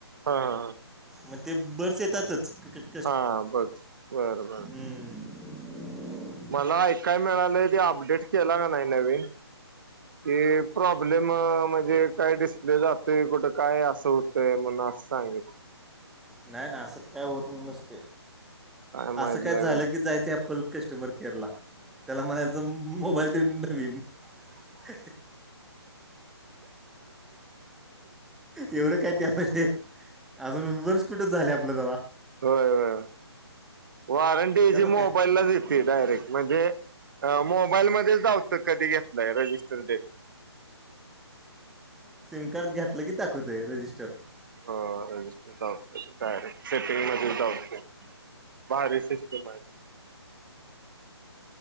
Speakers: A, on the right (about 50°); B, in the centre.
A: हा हा
B: मग ते बरच येतातच क्रिकट
A: हा बघ बरं बर
B: हमम
A: मला ऐकाय मिळालंय ते अपडेट केला का नाही नवीन क प्रॉब्लेम म्हणजे काय डिस्प्ले जातय कुठं काय असं होतंय म्हण असं सांगेल
B: नाही ना असं काय होत नसते
A: माहित
B: असं काय
A: नवीन
B: झालं की जायचं अप्पल कस्टमर केरला त्याला म्हणायचं मोबाईल देऊन नवीन <inaudible> एवढं काय नाही आपण अजून वर्ष कुठे झालं आपलं जव
A: होय होय वारंटी याची
B: त्याला काय
A: मोबाईलला देत डायरेक्ट म्हणजे मोबाईल मध्येच जावतं कधी घेतलंय रजिस्टर डे
B: सिम कार्ड घातलं की दाखवतो आहे रजिस्टर
A: हो रजिस्टर ते डायरेक्ट सेटिंग मध्ये ते म र सिस् म